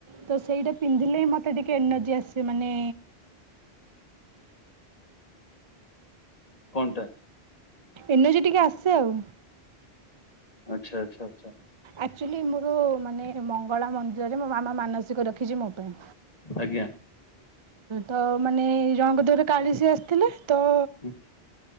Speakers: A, on the right; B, on the left.
A: ତ ସେଇଟା ପିନ୍ଧିଲେ ହିଁ ମତେ ଟିକେ ଏନର୍ଜି ଆସେ ମାନେ
B: କଣଟା?
A: ଏନର୍ଜି ଟିକେ ଆସେ ଆଉ।
B: ଆଚ୍ଛା, ଆଚ୍ଛା, ଆଚ୍ଛା।
A: ଆକ୍ଚୁଆଲି, ମୋର ମାନେ, ମଙ୍ଗଳା ମନ୍ଦିରରେ ମୋ ମାମା ମାନସିକ ରଖିଚି ମୋ ପାଇଁ।
B: ଆଜ୍ଞା।
A: ତ, ମାନେ, ଜଣଙ୍କ ଦେହରେ କାଳିଶି ଆସିଥିଲେ ତ
B: ହୁଁ